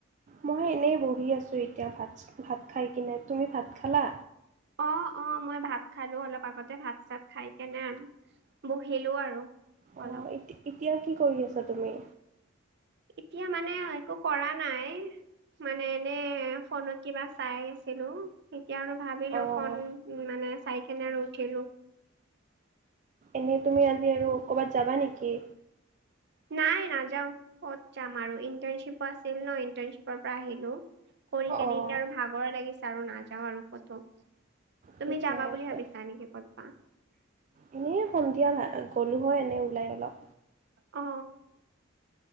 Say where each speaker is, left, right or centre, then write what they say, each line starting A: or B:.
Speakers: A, on the right; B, on the right.
A: মই এনেই বহি আছো এতিয়া ভাত চা ভাত খাই কিনে, তুমি ভাত খালা?
B: অ অ মই ভাত খালো অলপ আগতে ভাত চাত খাই কেনে আৰু বহিলো আৰু।
A: অ
B: অলপ
A: এতি এতিয়া কি কৰি আছা তুমি?
B: এতিয়া মানে একো কৰা নাই মানে এনে ফোনত কিবা চাই আছিলো তেতিয়া আৰু ভাবিলো
A: অঁ
B: ফোন মানে চাই কেনে আৰু উঠিলো।
A: এনেই তুমি আজি আৰু ক'ৰবাত যাবা নেকি?
B: নাই নাযাও ক'ত যাম আৰু ইটানশ্বিপ আছিল ন ইটাৰ্ণশ্বিপৰ পৰা আহিলো। কৰি কেনে,
A: অঁ
B: এতিয়া আৰু ভাগৰে লাগিছে আৰু নাযাওঁ আৰু ক'তো। তুমি
A: ঠিকে,
B: যাবা বুলি
A: আছে।
B: ভাবিছা নেকি ক'তবা?
A: এনেই, সন্ধিয়া <unintelligible> গ'লো হয়, এনেই ওলাই অলপ।
B: অ।